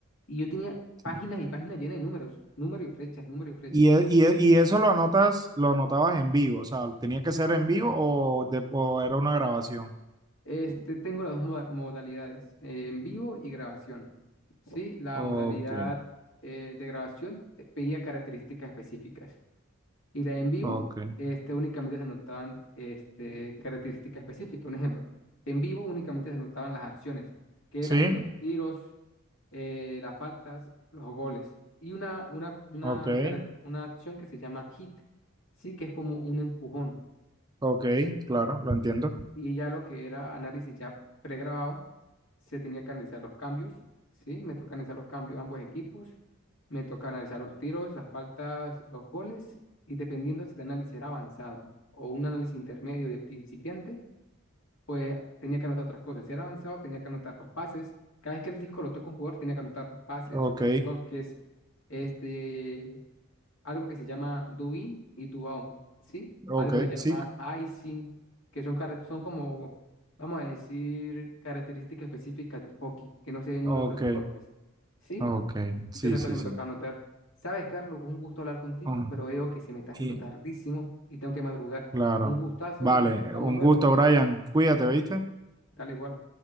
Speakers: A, on the left; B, on the right.
A: y yo tenía páginas
B: sí.
A: y páginas llenas de números, número y flechas, número y flechas.
B: Y, e- y, e- y eso lo anotas, lo anotabas en vivo, o sea, tenía que ser en vivo o, de- o era una grabación.
A: Este, tengo las dos moda- modalidades, eh, en vivo y grabación, ¿sí? La
B: Ok,
A: modalidad eh, de grabación eh, pedía características específicas. Y la en vivo,
B: ok.
A: este, únicamente se notaban este, características específicas. Un ejemplo, en vivo únicamente se notaban las acciones, que
B: Sí,
A: eran los tiros, eh, las faltas, los goles. Y una, una, una,
B: ok,
A: cara- una acción que se llama hit, sí, que es como un empujón.
B: ok, claro, lo entiendo.
A: Y ya lo que era análisis ya pregrabado, se tenía que analizar los cambios, ¿sí? Me toca analizar los cambios de ambos equipos, me toca analizar los tiros, las faltas, los goles, y dependiendo si el análisis era avanzado o un análisis intermedio de principiante, pues tenía que anotar otras cosas. Si era avanzado, tenía que anotar los pases. Cada vez que el disco lo toca un jugador, tenía que anotar los pases,
B: Ok,
A: los toques, este, algo que se llama do in y do out, ¿sí?
B: ok,
A: Algo que se llama
B: sí,
A: icing, que son, carre- son como, vamos a decir, características específicas del hockey, que no se ven
B: ok,
A: en otros deportes, ¿sí?
B: ok,
A: Y
B: sí,
A: todas esas
B: sí,
A: cosas me
B: sí.
A: toca anotar. Sabes, Carlos, un gusto hablar contigo,
B: Ah,
A: pero veo que se me está haciendo
B: y-
A: tardísimo y tengo que madrugar.
B: claro.
A: Un gustazo
B: Vale,
A: y hablamos
B: un
A: luego.
B: gusto, Brian. Cuídate, ¿viste?
A: Dale igual.